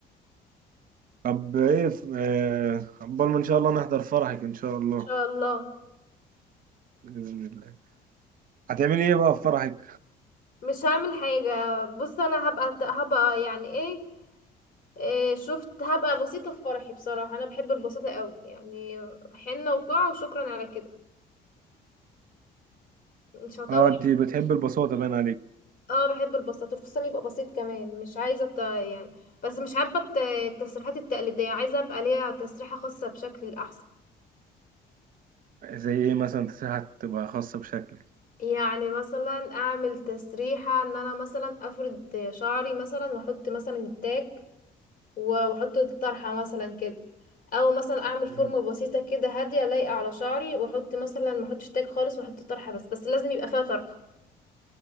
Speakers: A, on the right; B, on the left.
A: طب ايه ف- آه، عقبال ما ان شاء الله نحضر فرحك ان شاء
B: إن
A: الله
B: شاء الله
A: باذن الله هتعملي ايه بقى في فرحك
B: مش هعمل حاجة بص أنا هبقى هبقى يعني إيه, إيه شفت هبقى بسيطة في فرحي بصراحة أنا بحب البساطة قوي يعني حنة وقاعة وشكرا على كده مش هطول
A: اه انت بتحبي
B: مش-
A: البساطه باين عليك
B: اه بحب البساطة الفستان يبقى بسيط كمان مش عايزة الت- يعني بس مش حابة الت- التسريحات التقليدية عايزة أبقى ليها تسريحة خاصة بشكل أحسن
A: زي ايه مثلا تسيحة تبقى خاصه بشكلك
B: يعني مثلا اعمل تسريحة ان انا مثلا افرد شعري مثلا واحط مثلا التاج و- واحط الطرحة مثلا كده او مثلا اعمل
A: مم.
B: فورمة بسيطة كده هادية لايقة على شعري واحط مثلا ما احطش تاج خالص واحط طرحة بس بس لازم يبقى فيها طرحة